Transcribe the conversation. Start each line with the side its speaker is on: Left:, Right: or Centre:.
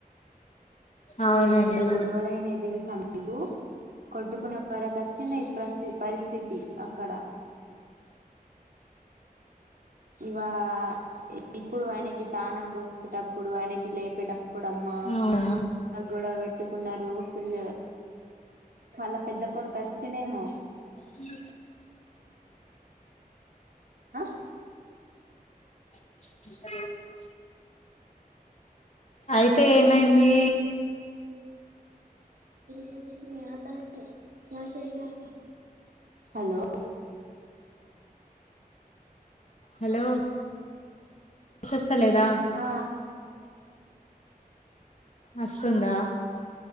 Left: అవునండి
Right: ఓ ఎంత గొడవలు అయినయి తెలుసా మీకు కొట్టుకునే వరకు అచ్చినయి ప్రసి పరిస్థితి అక్కడ. ఇవా ఇప్పుడు ఆయనకి తానం పోసేటప్పుడు, ఆయనకి లేపేట ప్పుడమ్మా
Left: అవునా
Right: గొడవ పెట్టుకున్నరు ఫుల్ వాళ్ళ పెద్ద కొడుకు అచ్చిండేమో
Left: ఇ
Right: ఆ
Left: <inaudible> అయితే ఏమైంది?
Right: పతే సమయం ఆత క కక హలో హలో
Left: హలో వస్తలేదా
Right: ఆ
Left: అస్తుందా